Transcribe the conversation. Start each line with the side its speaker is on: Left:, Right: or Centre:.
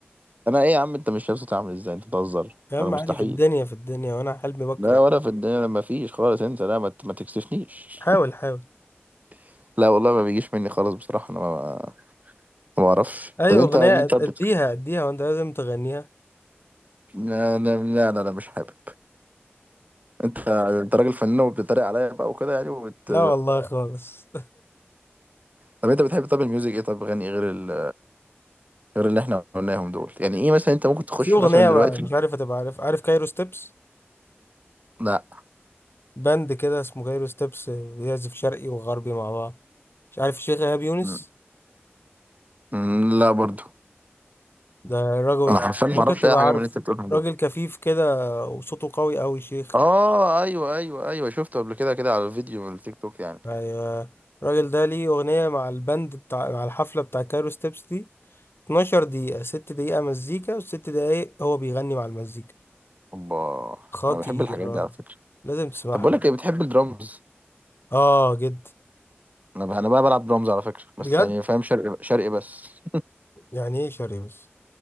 Right: انا ايه يا عم انت مش شايف صوتي عامل ازاي انت بتهزر
Left: يا عم
Right: انا مستحيل
Left: عادي في الدنيا في الدنيا وأنا حلمي بكرة
Right: لا
Left: يعني
Right: ولا في الدنيا لما فيش خالص انت لا ما ت- ما تكسفنيش
Left: حاول حاول
Right: <laughs> لا والله ما بيجيش مني خالص بصراحة انا ما ما بعرفش
Left: أي
Right: طب
Left: أغنية
Right: انت مين طب
Left: أد- أديها
Right: بت-
Left: أديها وأنت لازم تغنيها
Right: لا لا لا لا, لا مش حابب انت انت راجل فنان وبتتريق عليا بقى وكده يعني وبت
Left: لا والله خالص
Right: طب انت بتحب طب الميوزك ايه طب غني غير ال... غير اللي احنا قلناهم دول يعني ايه مثلا انت ممكن تخش
Left: في اغنيه
Right: مثلا دلوقتي
Left: مش عارف هتبقى عارف عارف كايرو ستيبس
Right: لا
Left: باند كده اسمه كايرو ستيبس بيعزف شرقي وغربي مع بعض مش عارف الشيخ ايهاب يونس
Right: م- م- لا برضو
Left: ده راجل
Right: انا حرفيا ما
Left: ممكن
Right: اعرفش
Left: تبقى
Right: اي حاجة
Left: عارفه
Right: من اللي انت بتقولها
Left: راجل كفيف كده وصوته قوي قوي شيخ
Right: اه ايوه ايوه ايوه شفته قبل كده كده على الفيديو من التيك توك يعني
Left: ايوه الراجل ده ليه اغنيه مع الباند بتاع مع الحفله بتاع كايرو ستيبس دي 12 دقيقه 6 دقيقه مزيكا و6 دقايق هو بيغني مع المزيكا
Right: اوبا
Left: خطيره
Right: انا بحب الحاجات دي على فكره
Left: لازم تسمعها
Right: طب بقول لك ايه بتحب الدرامز
Left: اه جد
Right: انا بقى انا بقى بلعب درامز على فكره
Left: بجد
Right: بس يعني فاهم شرقي شرقي بس
Left: يعني ايه شرقي بس